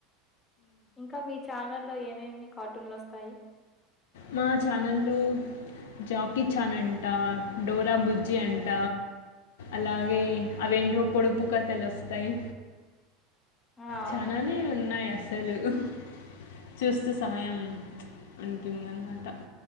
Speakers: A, on the left; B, on the left.
A: ఇంకా మీ ఛానల్ల్లో ఏమేమి కార్టూన్లు వస్త్ తయి
B: మా ఛానల్లో జాకీ ఛాన్ అంట, డోరా బుజ్జి అంట, అలాగే అవేంటో పొడుపు కథలు వస్తాయి.
A: ఆ! అవును.
B: చానానే ఉన్నాయి అస్ అసలు ఉహ్ చూస్తే సమయం ప్చ్ ఉంటుందన్నమాట.